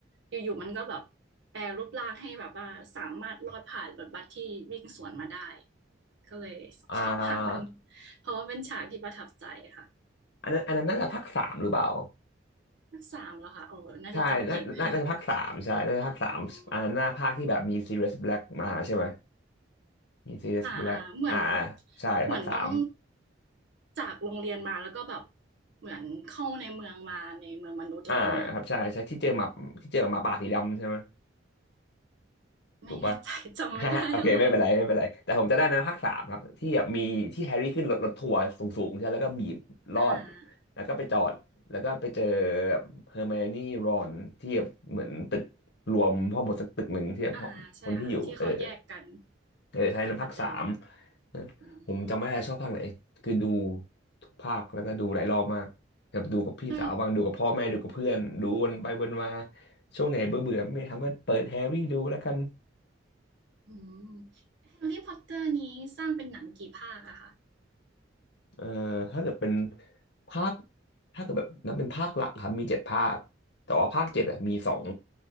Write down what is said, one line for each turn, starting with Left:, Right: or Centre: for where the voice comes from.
Right: อยู่ๆมันก็แบบแปรรูปร่างให้แบบว่าสามารถลอดผ่านรถบัสที่วิ่งสวนมาได้ก็เลยชอบฉากนั้น
Left: อ่า
Right: เพราะว่าเป็นฉากที่ประทับใจค่ะ
Left: อันนั้นอันนั้นน่าจะภาคสามหรือเปล่า
Right: ภาคสามแล้วค่ะโอ้น่าจะจำผิด
Left: ใช่น่าน่าน่าจะภาคสามใช่น่าจะภาคสามอ่าหน้าภาคที่แบบมีซีเรียสแบล็กมาใช่ไหม
Right: <laughs> อืม
Left: มีซีเรียสแบล็กอ่า
Right: อ่าอ่าเหมือน
Left: ใช่
Right: เหมือนต้อง
Left: ภาคสาม
Right: จากโรงเรียนมาแล้วก็แบบเหมือนเข้าในเมืองมาในเมืองมนุษย์อะไรเงี้ย
Left: อ่าครับใช่ใช่ที่เจอหมาที่เจอหมาป่าสีดำใช่ไหม
Right: ไม่แน่ใจ
Left: ถูกปะ
Right: <laughs> จำไม่ได้อะไร
Left: ฮะ <laughs> โอเคไม่เป็นไรไม่เป็นไร แต่ผมจะได้นะภาคสามครับ ที่แบบมีที่แฮร์รี่ขึ้นรถรถทัวร์สูงๆใช่แล้วก็บีบรอด
Right: อ่า
Left: แล้วก็ไปจอด แล้วก็ไปเจอแบบเฮอร์ไมโอนี่รอนที่แบบเหมือนตึกรวมพ่อหมดสักตึกหนึ่งที่แบบคนที่อยู่เออ
Right: อ่า ใช่ค่ะที่เขาแยกกัน
Left: เออไทยนั้นภาคสาม
Right: แล้วก็มาเจอลง
Left: เออผมจำไม่ได้ชอบภาคไหน
Right: อืม
Left: คือดูทุกภาคแล้วก็ดูหลายรอบมากแบบดูกับพี่สาวบางดูกับพ่อแม่ดูกับเพื่อน
Right: จน
Left: ดูวนไปวนมา ช่วงไหนเบื่อเบื่อไม่มีทำก็เปิดแฮร์รี่ดูแล้วกัน
Right: อืมแฮร์รี่พอตเตอร์นี้สร้างเป็นหนังกี่ภาคอะคะ
Left: เออถ้าเกิดเป็นภาคถ้าเกิดแบบนับเป็นภาคหลักครับมีเจ็ดภาค แต่ว่าภาคเจ็ดอะมีสอง